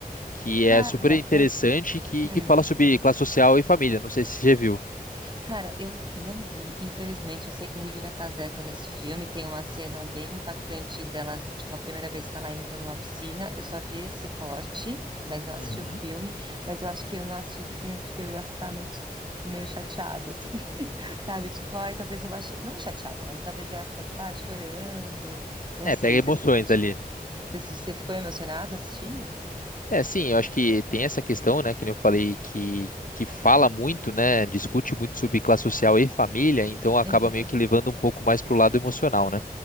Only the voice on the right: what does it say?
Cara,
eu,
hum.
Cara, eu não vi, infelizmente. Eu sei que a Regina Casé tá nesse filme, tem uma cena bem impactante dela, tipo, a primeira vez que ela entra numa piscina. Eu só vi esse corte, mas não assisti
o filme. Mas eu acho que eu não assisti o filme porque eu ia ficar muito, meio chateada, assim, <laughs> sabe? Tipo, ai, talvez eu vá. cho- Não chateada, mas talvez eu ia ficar, tipo, ai, chorando. Não
sei,
você
se sente.
Você, você ficou emocionada assistindo?
Uhum,